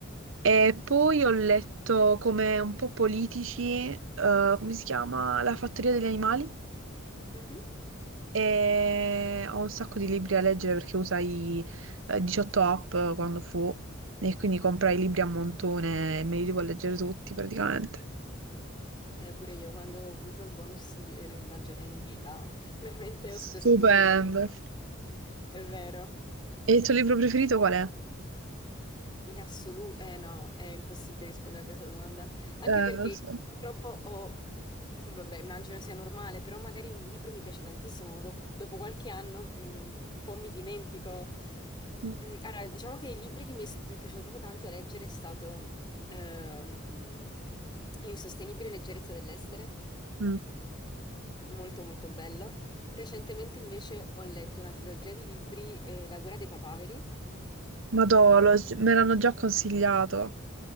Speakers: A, on the right (about 75°); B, on the left (about 25°).
A: E poi ho letto come un po' politici, eh, come si chiama? La fattoria degli animali.
B: Mhm.
A: E ho un sacco di libri da leggere perché usai eh, 18 app quando fu e quindi comprai i libri a montone e me li devo leggere tutti praticamente.
B: Eh, pure io, quando ho avuto il bonus di eh, maggiorenni, là, <laughs> veramente
A: Stupendo.
B: ho speso tutti i miei soldi. È vero.
A: E il tuo libro preferito qual è?
B: In assoluto, eh no, è impossibile rispondere a questa domanda, anche
A: Eh,
B: perché
A: lo so.
B: io purtroppo ho, vabbè, immagino sia normale, però magari un libro mi piace tantissimo, ma dopo, dopo qualche anno mm, un po' mi dimentico.
A: Mm.
B: Mm, allora, diciamo che i libri che mi, è mi è piaciuto proprio tanto leggere è stato ehm, L'insostenibile leggerezza dell'essere,
A: Mm.
B: molto molto bello. Recentemente invece ho letto una trilogia di libri, eh, La guerra dei papaveri,
A: Madò,
B: un fan
A: lo- me l'hanno già consigliato.